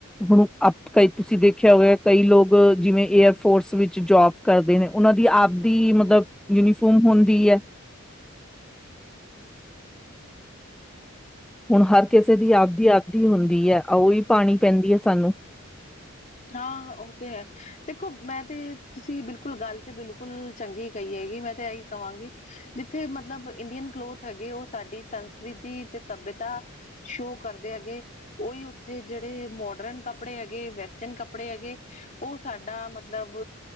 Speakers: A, in the centre; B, on the left.
A: ਹੁਣ ਕਈ ਤੁਸੀਂ ਦੇਖਿਆ ਹੋਇਆ ਕਈ ਲੋਕ ਜਿਵੇਂ ਏਅਰ ਫੋਰਸ ਵਿੱਚ ਜੋਬ ਕਰਦੇ ਨੇ, ਉਹਨਾਂ ਦੀ ਆਪ ਦੀ ਮਤਲਬ ਯੂਨੀਫਾਰਮ ਹੁੰਦੀ ਹੈ ਹੁਣ ਹਰ ਕਿਸੇ ਦੀ ਆਪਦੀ, ਆਪਦੀ ਹੁੰਦੀ ਹੈਓਹੀ ਪਾਉਣੀ ਪੈਂਦੀ ਹੈ ਸਾਨੂੰ।
B: ਹਾਂ ਉਹ ਤੇ ਹੈ, ਦੇਖੋ ਮੈਂ ਤੇ ਤੁਸੀਂ ਬਿਲਕੁਲ ਗੱਲ ਤੇ ਬਿਲਕੁਲ। ਚੰਗੀ ਕਹੀ ਹੈਗੀ, ਮੈਂ ਤੇ ਇਹੀ ਕਹਾਂਗੀ ਜਿੱਥੇ ਮਤਲਬ ਇੰਡੀਅਨ ਕਲੋਥ ਹੈਗੇ, ਉਹ ਸਾਡੀ ਸੰਸਕ੍ਰਿਤੀ ਤੇ ਸੱਭਿਅਤਾ ਸ਼ੋ ਕਰਦੇ ਹੈਗੇ ਉਹੀ ਉੱਥੇ ਜਿਹੜੇ ਮੋਡਰਨ ਕੱਪੜੇ ਹੈਗੇ ਵੈਸ- ਜਿੰਨ ਕੱਪੜੇ ਹੈਗੇ ਉਹ ਸਾਡਾ ਮਤਲਬ,